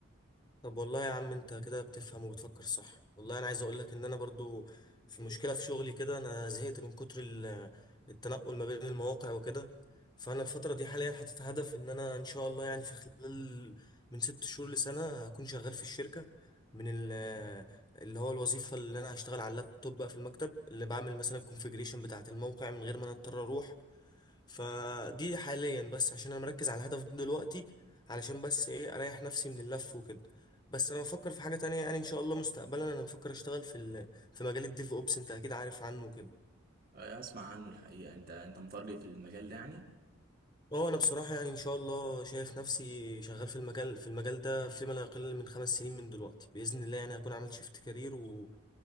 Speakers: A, on the left; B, on the right.
A: طب والله يا عم انت كده بتفهم وبتفكر صح والله انا عايز اقول لك ان انا برضو في مشكلة في شغلي كده انا زهقت من كتر ال- التنقل ما بين المواقع وكده فانا الفترة دي حاليا حاطط هدف ان انا ان شاء الله يعني في خلال من ست شهور لسنة هكون شغال في الشركة من ال- اللي هو الوظيفة اللي انا هشتغل على اللابتوب بقى في المكتب اللي بعمل مثلا الكونفيجريشن بتاعة الموقع من غير ما انا اضطر اروح فدي حاليا بس عشان انا مركز على الهدف ده دلوقتي علشان بس ايه اريح نفسي من اللف وكده بس انا بفكر في حاجه تانية يعني ان شاء الله مستقبلا انا بفكر اشتغل في ال... في مجال الديف اوبس انت اكيد عارف عنه كده
B: آه، اسمع عنه الحقيقة انت انت متارجت المجال ده يعني
A: اه انا بصراحه يعني ان شاء الله شايف نفسي شغال في المجال في المجال ده فيما لا يقل من خمس سنين من دلوقتي باذن الله يعني هكون عملت شيفت كارير و...